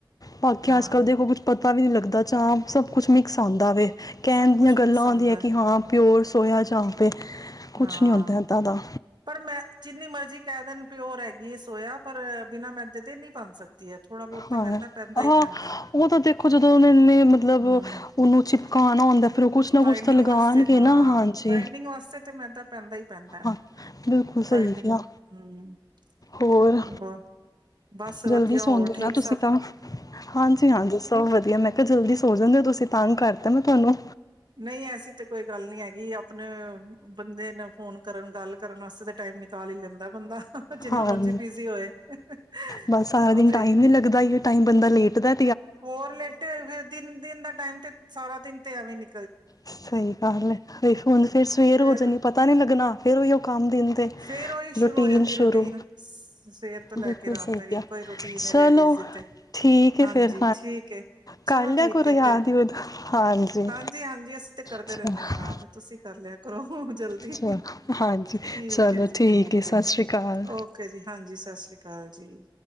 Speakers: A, on the left; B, on the right.
A: ਬਾਕੀ
B: ਹਾਂ-ਹਾਂ
A: ਅੱਜ, ਕੱਲ ਦੇਖੋ ਕੁਛ ਪਤਾ ਵੀ, ਨੀ ਲੱਗਦਾ ਚਾਪ ਸਭ ਕੁਛ ਮਿਕਸ ਆਉਂਦਾ ਵੇ ਕਹਿਣ
B: ਸਭ
A: ਦੀਆਂ
B: ਕੁਛ ਮਿਕਸ
A: ਗੱਲਾਂ
B: ਆਉਂਦਾ
A: ਹੁੰਦੀਆਂ ਕਿ,
B: ਹੈ
A: ਹਾਂ ਪਿਓਰ ਸੋਇਆ ਚਾਂਪ ਏ, ਕੁਛ
B: ਹਾਂ
A: ਨਹੀਂ ਹੁੰਦਾ ਇੱਦਾਂ ਦਾ
B: ਪਰ, ਮੈਂ ਜਿੰਨੀ ਮਰਜ਼ੀ ਕਹਿ ਦੇਣ ਪਿਓਰ ਹੈਗੀ ਸੋਯਾ, ਪਰ ਬਿਨਾਂ ਮੈਦੇ ਤੇ ਨਹੀਂ ਬਣ ਸਕਦੀ। ਥੋੜ੍ਹਾ ਬਹੁਤ ਤੇ
A: ਹਾਂ,
B: ਮਹਿੰਦਾ ਪੈਂਦਾ
A: ਆਹੋ
B: ਹੀ ਪੈਂਦਾ ਹੈ
A: ਉਹ ਤਾਂ, ਦੇਖੋ ਜਦੋਂ ਉਹ ਨੇ ਮਤਲਬ,
B: ਹਮ
A: ਉਹਨੂੰ ਚ ਾ਼ਨ ਹੁੰਦਾ ਫਿਰ ਉਹ ਕੁਛ ਨਾ ਕੁਛ
B: ਬਾਈਡਿੰਗ
A: ਤਾਂ ਲਗਾਉਣਗੇ
B: ਵਾਸਤੇ ਹਾਂ,
A: ਨਾ ਹਾਂਜੀ
B: ਬਾਈਡਿੰਗ ਵਾਸਤੇ ਤੇ ਮੈਂ ਤਾਂ ਪੈਂਦਾ ਹੀ ਪੈਂਦਾ ਹੈ
A: ਹਾਂ ਬਿਲਕੁਲ ਸਹੀ
B: ਬਾਈਡਿੰਗ
A: ਕਿਹਾ
B: ਹਮ
A: ਹੋਰ
B: ਤੇ ਉਹ ਬਸ ਵਧੀਆ
A: ਜਲਦੀ ਸੌਂਦੇ
B: ਹੋਰ
A: ਹੋ
B: ਠੀਕ।
A: ਨਾ ਤੁਸੀਂ
B: ਸਭ
A: ਤਾਂ ਹਾਂਜੀ- ਹਾਂਜੀ ਸਭ ਵਧੀਆ ਮੈਂ ਕਿਹਾ ਜਲਦੀ ਸੋਚਣਦੇ ਹੋ ਤੁਸੀਂ ਤਾਂ ਕਰ। ਕਰਤਾ ਮੈਂ ਤੁਵਾਨੂੰ।
B: ਨਹੀਂ ਐਸੀ ਤੇ ਕੋਈ ਗੱਲ ਨੀ ਹੈਗੀ, ਆਪਣੇ ਅ ਬੰਦੇ ਨੇ ਫੋਨ ਕਰਨ ਗੱਲ ਕਰਨ ਅਸਤੇ ਤੇ ਟਾਈਮ ਨਿਕਾਲ ਈ ਲੈਂਦਾ ਬੰਦਾ। ਜਿੰਨਾ
A: ਹਾਂਜੀ,
B: ਮਰਜ਼ੀ ਬਿਜ਼ੀ ਹੋਏ ਉਹ
A: ਬਸ ਸਾਰਾ ਦਿਨ
B: ਤੇ
A: ਟਾਈਮ ਨੀ ਲੱਗਦਾ ਅਈਔ ਟਾਈਮ ਬੰਦਾ ਲੇਟਦੈ।
B: ਹੋਰ ਲੇਟੇ ਹੋਏ ਫੇਰ ਦਿਨ ਦਿਨ ਦਾ ਟਾਈਮ ਤੇ ਸਾਰਾ ਦਿਨ ਤੇ ਐਵੇ ਹੀ ਨਿ
A: ਸਹੀ ਗੱਲ ਐ, ਹੁਣ ਫੇਰ ਸਵੇਰ
B: ਫਿਰ
A: ਹੋ ਜਾਣੀ ਏ ਪਤਾ ਨੀ ਲੱਗਣਾ ਫੇਰ ਓਹੀਓ ਕੰਮ ਦਿਨ ਦੇ।
B: ਫੇਰ ਓਹੀ ਸ਼ੁਰੂ
A: ਰੂਟੀਨ
B: ਹੋ ਜਾਂਦੀ ਏ
A: ਸ਼ੁਰੂ
B: ਰੂਟੀਨ ਸ਼ ਸਵੇਰ ਤੋਂ
A: ਬਿਲਕੁਲ
B: ਲੈ ਕੇ ਰਾਤ
A: ਸਹੀ
B: ਤੱਕ
A: ਕਿਹਾ
B: ਇਕੋਂ ਈ ਰੂਟੀਨ ਏ
A: ਚਲੋ
B: ਲੇਡੀਜ਼ ਦੀ ਤੇ।
A: ਠੀਕ ਐ
B: ਹਾਂਜੀ
A: ਫੇਰ
B: ਠੀਕ ਏ
A: ਕਰ
B: ਚਲੋ
A: ਲਿਆ
B: ਠੀਕ
A: ਕਰੋ
B: ਏ
A: ਯਾਦ
B: ਫੇਰ
A: ਯੂਦ ਹਾਂਜੀ
B: ਹਾਂਜੀ-ਹਾਂਜੀ। ਕਰਦੇ
A: ਚਲੋ
B: ਰੈਣੇ ਯਾਦ, ਤੁਸੀਂ ਕਰ ਲਿਆ ਕਰੋ ਜਲਦੀ।
A: ਚਲੋ ਹਾਂਜੀ
B: ਠੀਕ
A: ਚਲੋ
B: ਏ ਜੀ ਠੀਕ
A: ਐ ਸਤਿ
B: ਏ।
A: ਸ਼੍ਰੀ ਅਕਾਲ
B: ਓਕੇ ਜੀ, ਹਾਂਜੀ ਸਤ ਸ੍ਰੀ ਕਾਲ। ਹਾਂਜੀ।